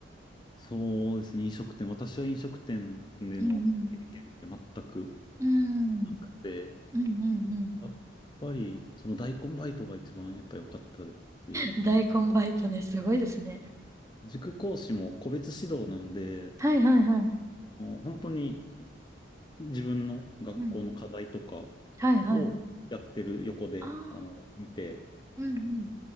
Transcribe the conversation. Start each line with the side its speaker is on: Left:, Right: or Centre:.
Left: そうですね、飲食店。私は飲食店での経験って全く
Right: うんうん。うん。
Left: なくて、
Right: うんうん
Left: やっぱり、その大根バイトが一番やっぱ良かったですし、
Right: うん。大根バイトね、すごいですね。
Left: 塾講師も個別指導なんで、
Right: はいはいはい。
Left: もう本当に自分の学校の課題とか
Right: うん。はいはい。
Left: をやってる横で、
Right: ああ、
Left: あの、見て、
Right: うんうん。